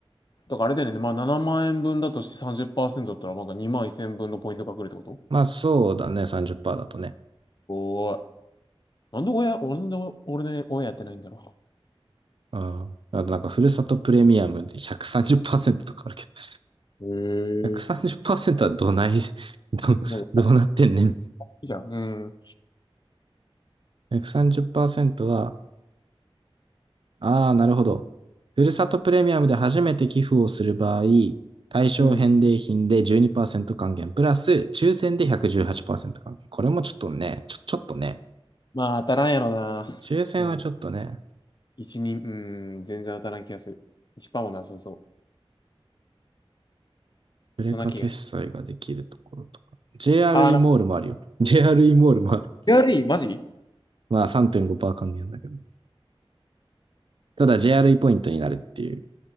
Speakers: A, on the left; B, on the right.
A: だからあれだよね。まあ、7万円分だとして30%だったら、なんか2万1000分のポイントが来るってこと
B: まあそうだね、30%だとね。
A: おーい。なんで親、俺の、俺ね、親やってないんだろう。
B: うん。あとなんか、ふるさとプレミアムで130%とかあるけど、
A: へえ
B: <laughs> 130%はどない、<laughs> ど、
A: もう、
B: どうなってんねん。
A: いいじゃん。うん。
B: 130%は、ああ、なるほど。ふるさとプレミアムで初めて寄付をする場合、対象返礼品で12%
A: うん。
B: 還元、プラス抽選で118%還元。これもちょっとね、ちょ、ちょっとね、
A: まあ、当たらんやろうな。
B: 抽選はちょっとね、
A: うん。1、人うん、全然当たらん気がする。1%もなさそう。
B: プレカ決済ができるところとか。
A: そんな気が。
B: JRE
A: あー、なんか、
B: モールもあるよ。JRE モールもある。
A: エーアールイーマジ
B: まあ3.5%還元だけど。ただ JRE ポイントになるっていう。